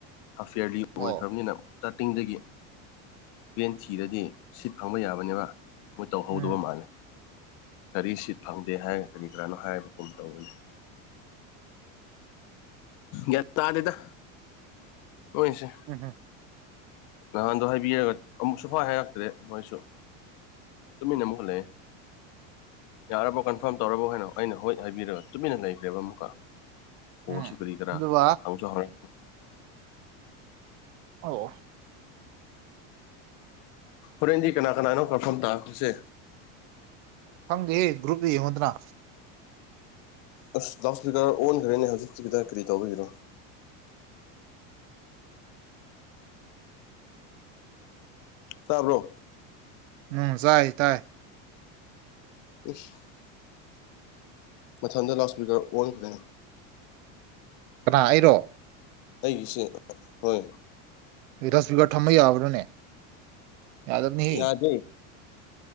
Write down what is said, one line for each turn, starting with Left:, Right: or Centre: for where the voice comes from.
Left: ꯑꯐꯤꯔꯂꯤ ꯑꯣꯏꯈ꯭ꯔꯕꯅꯤꯅ
Right: ꯑꯣ
Left: ꯏꯁꯇꯥꯔꯇꯤꯡꯗꯒꯤ ꯚꯦꯟ ꯊꯤꯔꯗꯤ ꯁꯤꯠ ꯐꯪꯕ ꯌꯥꯕꯅꯦꯕ ꯃꯣꯏ ꯇꯧꯍꯧꯗꯕ
Right: ꯎꯝ
Left: ꯃꯥꯜꯂꯦ ꯀꯔꯤ ꯁꯤꯠ ꯐꯪꯗꯦ ꯍꯥꯏ ꯀꯔꯤ ꯀꯔꯥꯅꯣ ꯍꯥꯏꯕꯒꯨꯝ ꯇꯧꯕꯅꯤ ꯌꯥ ꯇꯥꯗꯦꯗ ꯅꯣꯏꯁꯦ
Right: ꯎꯝ ꯍꯨꯝ
Left: ꯅꯍꯥꯟꯗꯣ ꯍꯥꯏꯕꯤꯔꯒ ꯑꯃꯨꯛꯁꯨ ꯍꯥ ꯍꯥꯏꯔꯛꯇ꯭ꯔꯦ ꯃꯣꯏꯁꯨ ꯇꯃꯤꯟꯅ ꯑꯃꯨꯛꯀ ꯂꯩꯌꯦ ꯌꯥꯔꯕꯣ ꯀꯟꯐꯥꯔꯝ ꯇꯧꯔꯕꯣ ꯍꯥꯏꯅ ꯑꯩꯅ ꯍꯣꯏ ꯍꯥꯏꯕꯤꯔꯒ ꯇꯨꯃꯤꯟꯅ ꯂꯩꯈ꯭ꯔꯦꯕ ꯑꯃꯨꯛꯀ ꯑꯣꯁꯨ
Right: ꯎꯝ
Left: ꯀꯔꯤ ꯀꯔ
Right: ꯑꯗꯨꯒ
Left: ꯍꯩꯁꯨ ꯍꯥꯎꯔꯦ
Right: ꯑꯧ
Left: ꯍꯣꯔꯦꯟꯖꯤ ꯀꯅꯥ ꯀꯅꯥꯅꯣ ꯀꯟꯐꯔꯥꯝ ꯇꯥꯈꯔꯁꯦ
Right: ꯐꯪꯒꯦꯍꯦ ꯒ꯭ꯔꯨꯞꯇ ꯌꯦꯡꯉꯣꯗꯅ
Left: ꯑꯁ ꯗꯥꯎꯠ ꯁ꯭ꯄꯤꯀꯔ ꯑꯣꯟꯈ꯭ꯔꯦꯅꯦ ꯍꯧꯖꯤꯛꯇꯤ ꯀꯗꯥ ꯀꯔꯤ ꯇꯧꯕꯤꯒꯤꯔꯣ ꯇꯥꯕ꯭ꯔꯣ
Right: ꯎꯝ ꯆꯥꯏ ꯇꯥꯏ
Left: ꯏꯁ ꯃꯊꯗ ꯂꯥꯎꯠ ꯁ꯭ꯄꯤꯀꯔ ꯑꯣꯟꯈ꯭ꯔꯅꯤ
Right: ꯀꯅꯥ ꯑꯩꯔꯣ
Left: ꯑꯩꯒꯤꯁꯤ ꯍꯣꯏ
Right: ꯗ ꯏꯁꯄꯤꯀꯔ ꯊꯝꯕ ꯌꯥꯕ꯭ꯔꯣꯅꯦ ꯌꯥꯗꯕꯅꯤꯍ
Left: ꯌꯥꯗꯦ